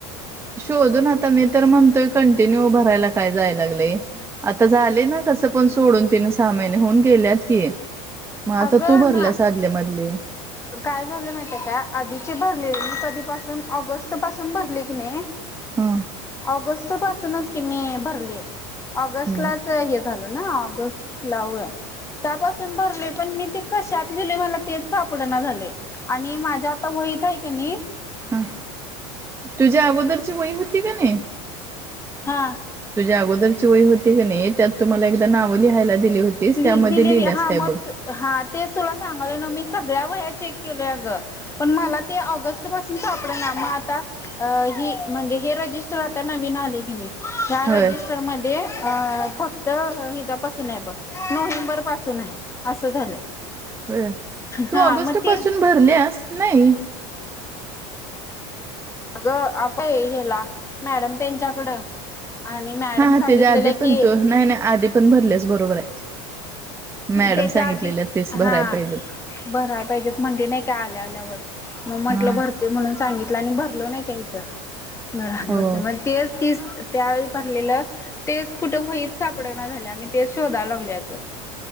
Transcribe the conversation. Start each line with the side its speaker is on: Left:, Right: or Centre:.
Right: शोधून आता मी तर म्हणतोय कंटिन्यू भारायला काय जाय लागलंय. आता झाले ना कसं पण सोडून तिने साहा महिने होऊन गेल्यात की. म आता
Left: अगं
Right: तू भरल्यास
Left: ना
Right: अधले मधले.
Left: काय झालं माहितय काय आधीचे भरलेले कधीपासून ऑगस्ट पासून भरले की नाय
Right: ह
Left: ऑगस्ट पासूनच कि मी भरली, ऑगस्टलाच
Right: ह
Left: च हे झालना ऑगस्टला होय, त्यासून भरले पण मी ते कशात लिहिलोय मला तेच सापड ना झालय, आणि माझ्या आता वहीत हाय कणी
Right: हा, तुझी अगोदरची वही होती कनाय
Left: हा.
Right: तुझ्या अगोदरची वय होती की नाही त्यात तु मला एकदा नावं लिहायला दिली होतीस
Left: लि
Right: त्यामध्ये
Left: दिलेली
Right: लिहिलेस
Left: हा
Right: काय
Left: मग
Right: बघ.
Left: हा तेच तुला सांगालोय नव मी सगळ्या वया चेक केलोय अग. पण मला ते ऑगस्ट पासून सापडेना मग आता? अ ही म्हणजे हे रजिस्टर राहताना नवीन आले की नाही. ह्या रजिस्टर
Right: होय
Left: मध्ये अ फक्त हिच्यापासून आहे बघ. नोव्हेंबर पासून आहे असं झालंय.
Right: बर तू
Left: हा
Right: ऑगस्ट
Left: मग तीच
Right: पासून भरल्यास नाही
Left: अगं आप हेला मॅडम त्यांच्याकडं आणि मॅडम
Right: हा हा
Left: सांगितलेलं
Right: त्याच्या आधी पण
Left: की
Right: तू नाही नाही आधी पण भरल्यास बरोबर आहे मॅडम
Left: तेच्या
Right: सांगितलेल्या
Left: आधी
Right: तेच भराय
Left: हा
Right: पाहिजेत
Left: भराय पाहिजेत म्हंटली नाही काय आल्या आल्या वर मग म्हंटलं
Right: हा
Left: भरते म्हणून सांगितलं आणि भर बसलो नाही का इथ घरात
Right: हो
Left: ब तेच ती त्यावेळी भरलेलं तेच कुठ होईत सापडना झाल्या तेच शोधाय लागलोय, अ ग